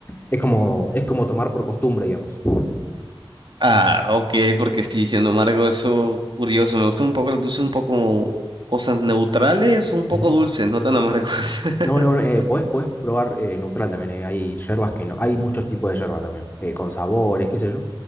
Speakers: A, on the left (about 20°); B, on the right (about 55°).
A: Es como, es como tomar por costumbre, digamos.
B: Ah, ok, porque sí, siendo embargo, eso curioso. Me gusta un poco las dulces, un poco cosas neutrales, un poco
A: Ujú.
B: dulces, no tan amargos. <laughs>
A: No, no, no, eh, podés, podés probar eh, neutral también. eh, Hay yerbas que no. Hay muchos tipos de yerba también. eh, con sabores, qué sé yo.